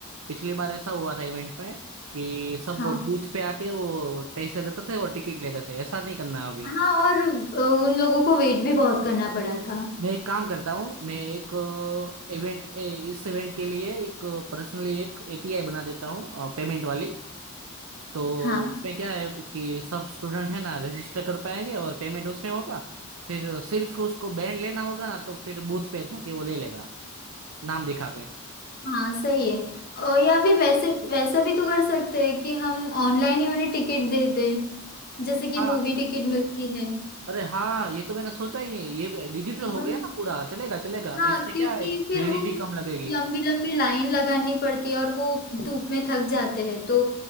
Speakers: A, on the right (about 70°); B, on the left (about 45°).
A: पिछली बार ऐसा हुआ था इवेंट में कि सब
B: हाँ
A: बूथ पे आके वो पैसे देते थे और टिकट लेते थे ऐसा नहीं करना अभी
B: हाँ और अ, उन लोगों को वेट भी बहुत करना पड़ा था
A: मैं एक काम करता हूँ मैं एक इवेंट इस इवेंट के लिए एक पर्सनली एक एपीआई बना देता हूँ पेमेंट वाली तो
B: हाँ
A: उसमें क्या है कि सब स्टूडेंट है ना रजिस्टर कर पाएंगे और पेमेंट उसमें होगा फिर सिर्फ उसको बैंड लेना होगा ना तो फिर बूथ पे जाके वो ले लेगा नाम दिखा के
B: हाँ सही है और या फिर वैसे वैसा भी तो कर सकते हैं कि हम ऑनलाइन ही उन्हें टिकट दे दें जैसे कि
A: हाँ
B: मूवी टिकट मिलती है
A: अरे हाँ ये तो मैंने सोचा ही नहीं ये डिजिटल हो
B: वही
A: गया ना पूरा चलेगा चलेगा
B: हाँ
A: इससे क्या
B: क्योंकि
A: है
B: फिर
A: भीड़
B: वो
A: भी कम लगेगी
B: लंबी लंबी लाइन लगानी पड़ती है और वो धूप में थक जाते हैं तो